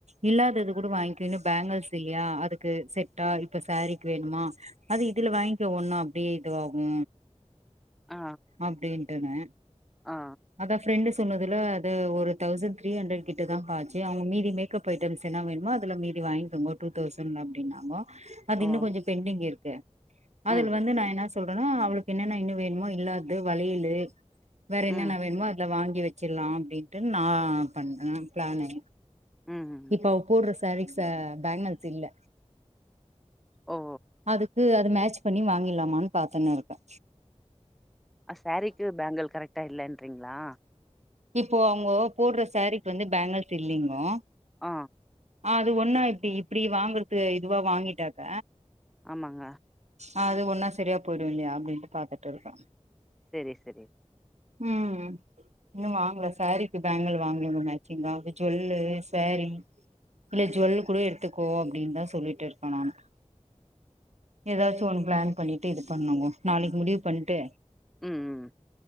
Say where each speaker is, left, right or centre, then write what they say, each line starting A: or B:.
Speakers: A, on the right (about 70°); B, in the centre.
A: இல்லாதது கூட வாங்கிக்க இன்னு பேங்கள்ஸ் இல்லயா அதுக்கு செட்டா இப்ப சாரீக்கு வேணுமா அது இதுல வாங்கிக்க ஒண்ணு அப்டியே இதுவாகு
B: ஆ,
A: அப்டின்ட்டுனே
B: ஆ,
A: அதா பிரெண்டிஸ் சொன்னதுல அது ஒரு தௌசண்ட் த்ரீ ஹண்ட்ரட் கிட்டதாக்கா ஆச்சு அவுங்க மீதி மேக்கப் ஐட்டம்ஸ் என்னா வேணுமோ அதுல மீதி வாய்ங்ககோ டுதௌசண்ட் அப்டினாங்க அது
B: ஓ!
A: இன்னு கொஞ்ச பெண்டிங் இருக்க அதுல
B: ம்,
A: வந்து நா என்னா செ சொல்றனா அவளுக்கு என்னன்ன இன்னு வேணுமோ இல்லாது வளையலு வேற இன்னென்ன
B: ம்,
A: வேணுமோ அதுல வாங்கி வச்சிலா அப்டின்ட்டு நா பண்றே பிளானு
B: ம்.
A: இப்போ அவ போட்ற சாரிக்ஸ பேங்கல்ஸ் இல்ல
B: ஓ
A: அதுக்கு அது மேட்ச் பண்ணி வாங்கில்லாமான் பாத்துன்னுர்க்கே
B: அ சாரீக்கு பேங்கல் கரெக்டா இல்லேன்றிங்ளா
A: இப்போ அவுங்க போட்ற சேரீக் வந்து பேங்கல்ஸ் இல்லிங்கோ
B: ஆ
A: ஆ அது ஒன்னா இப்டி இப்டி வாங்கறது இதுவா வாங்கிட்டாக்க
B: ஆமாங்க
A: ஆ அது ஒன்னா சரியா போய்டு இல்லயா அப்டின்ட்டு பாத்துட் இருக்க
B: செரி செரி
A: ம் இன்னு வாங்ல சாரீக்கி பேங்கல் வாங்கல இன்னு மேட்சிங்கா இந்த ஜுவெல்லு சாரீ இக்ல ஜுவல் கூட எடுத்துக்கோ அப்டின் தா சொல்லிட் இருக்க நானு ஏதாச்சு ஒன்னு பிளான் பண்ணிட்டு இது பண்ணுங்கோ நாளைக் முடிவு பண்ட்டு
B: ம் ம்